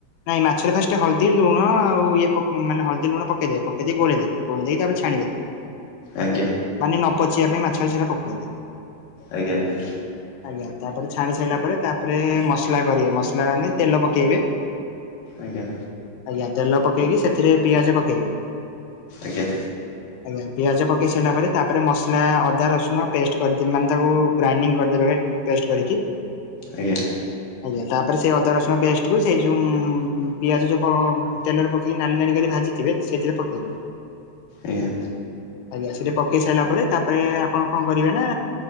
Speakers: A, on the left (about 80°); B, on the left (about 60°).
A: ନାଇଁ ମାଛରେ ଫାଷ୍ଟ ହଳଦୀ ଲୁଣ ଆଉ ଇଏ ମାନେ ହଳଦୀ ଲୁଣ ପକେଇଦବେ ପକେଇଦ ଗୋଳେଇଦେବେ। କ ଦେଇ ତା ପରେ
B: ଆଜ୍ଞା।
A: ମାନେ ନ ପଚିବା ପାଇଁ ମାଛଟା ପକାନ୍ତି।
B: ଆଜ୍ଞା ଆଜ୍ଞା।
A: ଆଜ୍ଞା ତାପରେ ଛାଣି ସାରିଲା ପରେ ତାପରେ ମସଲା କରିବେ ମସଲା ମାନେ ତେଲ ପକେଇବେ। <inaudible>
B: ଆଜ୍ଞା।
A: ଆଜ୍ଞା ତେଲ ପକେଇକି ସେଥିରେ ପିଆଜ ପକେଇବେ।
B: ଆଜ୍ଞା।
A: ଆଜ୍ଞା ପିଆଜ ପକେଇ ସାରିଲା ପରେ ତାପରେ ମସଲା ଅଦା ରସୁଣ ପେଷ୍ଟ କରିଦେବେ ମାନେ ତାକୁ ଗ୍ରାଇଣ୍ଡିଙ୍ଗ କରିଦେବେ। ପେଷ୍ଟ କରିକି
B: ଆଜ୍ଞା
A: <inaudible> ଆଜ୍ଞା ତାପରେ ସେ ଅଦା ରସୁଣ ପେଷ୍ଟକୁ ସେ ଯେଉଁ ପିଆଜ ଯେଉ ତେଲରେ ପକେଇକି ନାଲି ନାଳି କରି ଭାଜିଥିବେ ସେଇଥିରେ ପକେଇଦେବେ।
B: ଆଜ୍ଞା।
A: ଆଜ୍ଞା। ସେଇଟା ପକେଇ ସାଇଲା ପରେ, ତାପରେ ଆପଣ କଣ କରିବେ ନା